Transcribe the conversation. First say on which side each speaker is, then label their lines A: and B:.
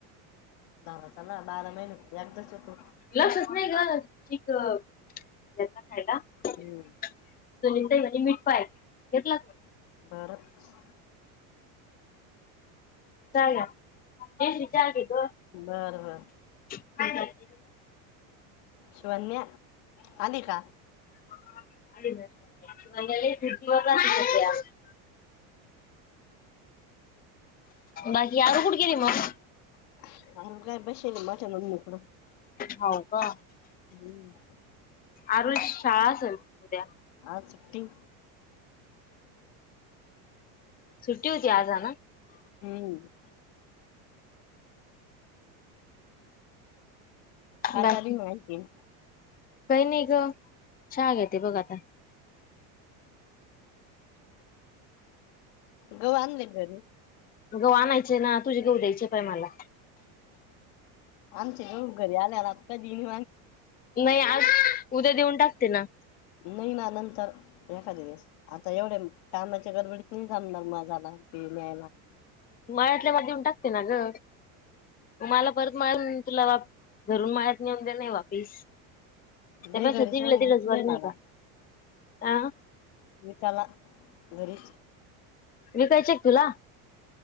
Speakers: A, on the left; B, on the left.
A: धराचा ना बारा महिने एकदाच येतो
B: लक्षात नाही ग. चिक ह्यांना खायला.
A: हम्म.
B: सुनीलताई म्हणे मीठ पाय घेतला का?
A: <inaudible>
B: चहा घ्या, जयश्री चहा घे ग.
A: बर बर.
B: काय करते?
A: शिवण्या आली का?
B: <unintelligible> बाकी आरू कुठ गेली मग?
A: अरे काय बसेल बठण म <unintelligible>
B: हाव का,
A: हम्म
B: आरोहिची शाळा असेल उद्या
A: आज सुट्टी.
B: सुट्टी होती आज ह ना.
A: हम्म. काय
B: बाकी
A: चालुय आणखिन.
B: काही नाही ग चहा घेते बघ आता.
A: गहू आणले घरी?
B: ग आणायचे ना तुझे गऊ द्यायचे बाई मला.
A: आमचे गहू कधी ज आल्याला आत्ता दिणी
B: नाही आज उद्या देऊन टाकते ना.
A: नाही ना नंतर एखाद वेळेस आता एवढ्या कामाच्या गडबडीत नाही जमणार म झाला ब न्यायला
B: <unintelligible> देऊन टाकते ना ग मला परत माळ तुला वा रून माळत नेऊन दे नाही वापीस
A: नाही
B: ते प
A: घरीच
B: सचीला
A: राहू दे,
B: त
A: विकलंय
B: गजबवर
A: मला
B: नाही का <unintelligible>
A: <unintelligible> घरी
B: विकायचे आहेत तुला